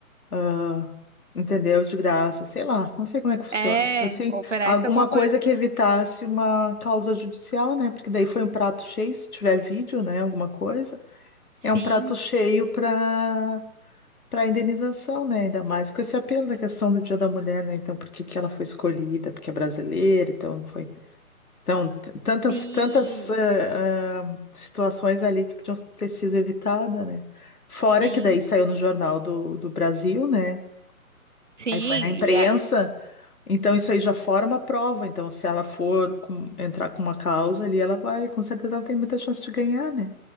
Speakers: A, on the left; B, on the right.
A: ah, entendeu? De graça, sei lá, não sei como é que funciona,
B: É,
A: mas assim,
B: oferece
A: alguma
B: alguma
A: coisa
B: coisa.
A: que evitasse uma causa judicial, né? Porque daí foi um prato cheio, se tiver vídeo, né? Alguma coisa.
B: Sim,
A: É um prato cheio para para indenização, né? Ainda mais com esse apelo da questão do Dia da Mulher, né? Então, por que que ela foi escolhida? Porque é brasileira, então foi. Então, t- tantas,
B: sim,
A: tantas eh, ah, situações ali que podiam ter sido evitadas, né? Fora
B: sim,
A: que daí saiu no Jornal do, do Brasil, né?
B: sim,
A: Aí foi na imprensa,
B: e a,
A: então isso aí já forma prova. Então, se ela for com- entrar com uma causa ali, ela vai, com certeza ela tem muita chance de ganhar, né?